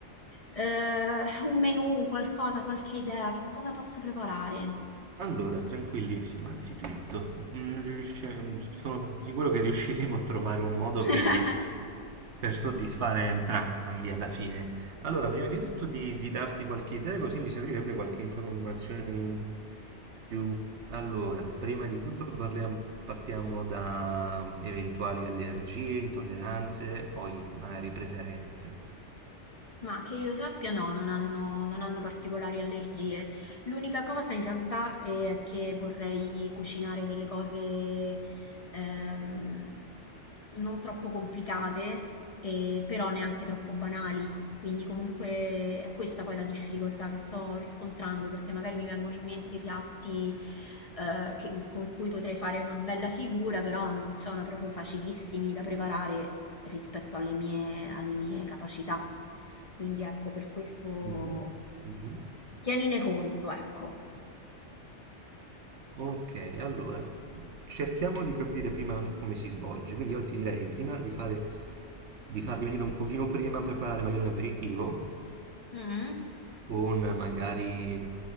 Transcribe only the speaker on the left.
Eh, un menù, qualcosa, qualche idea, che cosa posso preparare?
<laughs>
Ma che io sappia, no, non hanno, non hanno particolari allergie. L'unica cosa in realtà è che vorrei cucinare delle cose ehm, non troppo complicate, eh, però neanche troppo banali. Quindi comunque è questa poi la difficoltà che sto riscontrando, perché magari mi vengono in mente piatti eh, che- con cui potrei fare una bella figura, però non sono proprio facilissimi da preparare rispetto alle mie, alle mie capacità. Quindi ecco, per questo
tienine conto, ecco.
Mm.